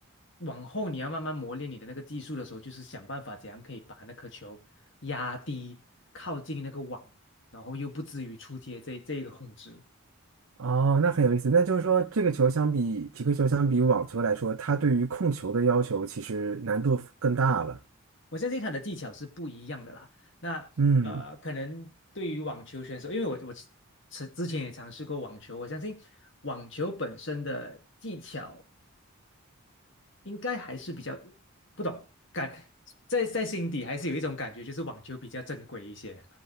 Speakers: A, on the left (about 55°); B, on the right (about 75°).
A: 往后你要慢慢磨练你的那个技术的时候，就是想办法怎样可以把那颗球压低，靠近那个网，然后又不至于出界这这一个控制。
B: 哦，那很有意思。那就是说，这个球相比匹克球相比网球来说，它对于控球的要求其实难度更大了。
A: 我相信他的技巧是不一样的啦。那呃，
B: 嗯。
A: 可能对于网球选手，因为我我之之前也尝试过网球，我相信网球本身的技巧应该还是比较不懂感，在在心底还是有一种感觉，就是网球比较正规一些。